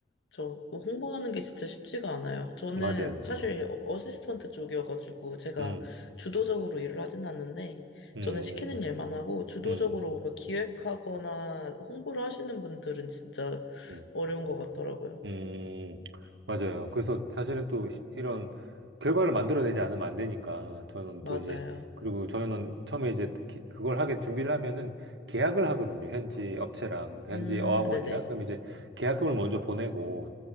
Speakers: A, on the left; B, on the right.
A: 저, 그거 홍보하는 게 진짜 쉽지가 않아요. 저는
B: 맞아요.
A: 사실 어시스턴트 쪽이어가지고 제가
B: 음,
A: 주도적으로 일을 하진 않는데
B: 음,
A: 저는 시키는 일만 하고 주도적으로
B: 음, 음.
A: 뭐 기획하거나 홍보를 하시는 분들은 진짜
B: 음.
A: 어려운 것 같더라고요.
B: 음, 맞아요. 그래서 사실은 또 시- 이런 결과를 만들어내지 않으면 안 되니까 저는
A: 맞아요.
B: 또 이제 그리고 저는 처음에 이제 특히 그걸 하게 준비를 하면은 계약을 하거든요. 현지 업체랑 그러니까
A: 음,
B: 현지 어학원이랑
A: 네네.
B: 그럼 이제 계약금을 먼저 보내고